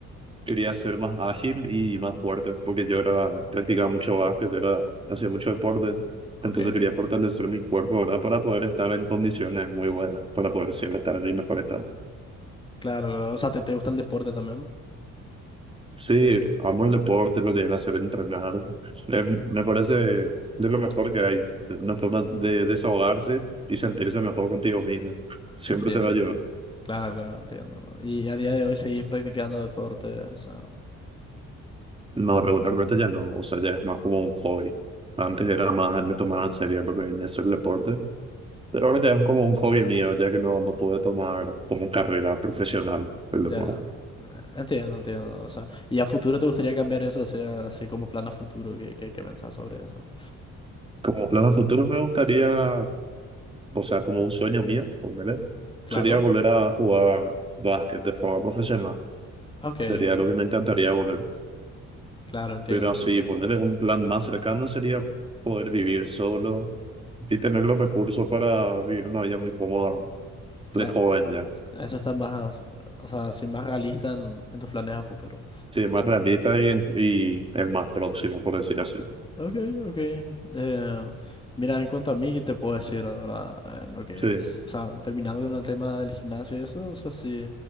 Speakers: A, on the right; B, on the left.
A: quería ser más ágil y más fuerte, porque yo era, practicaba mucho básquet, era, hacía mucho deporte.
B: Ok,
A: Entonces quería fortalecer mi cuerpo, ¿verdad? Para poder estar en condiciones muy buenas, para poder siempre estar en el mejor estado.
B: Claro, claro. O sea, ¿te, te gusta el deporte también?
A: Sí, amo el deporte, lo que viene a hacer entrenar. Eh, me parece de
B: Ok,
A: lo mejor que hay, de una forma de desahogarse y sentirse mejor contigo mismo. Siempre
B: Entiendo,
A: te va a ayudar.
B: claro, claro, entiendo. Y a día de hoy seguís practicando deporte, o sea,
A: No, regularmente ya no, o sea, ya es más como un hobby. Antes era más, no tomaba en serio porque en eso el deporte, pero ahora ya es como un hobby mío, ya que no, no pude tomar como carrera profesional el
B: ya,
A: deporte.
B: entiendo, entiendo. O sea, ¿y a futuro te gustaría cambiar eso, así, así como plan a futuro? ¿Qué, qué, qué pensás sobre eso?
A: Como plan a futuro me gustaría, o sea, como un sueño mío, ponerle,
B: Claro,
A: sería volver a jugar básquet de forma profesional.
B: ok,
A: Sería
B: ok,
A: lo que me encantaría volver.
B: claro, entiendo,
A: Pero
B: entiendo.
A: sí, ponerle un plan más cercano sería poder vivir solo y tener los recursos para vivir una vida muy cómoda
B: Claro,
A: de joven ya.
B: eso está más, o sea, así más realista en, en tus planes a futuro.
A: Sí, más realista y, en- y el más próximo, por decir así.
B: Ok, ok. Eh, mira, en cuanto a mí, ¿qué te puedo decir ahora eh, lo que
A: Sí.
B: es? O sea, terminando con el tema del gimnasio y eso, o sea, sí.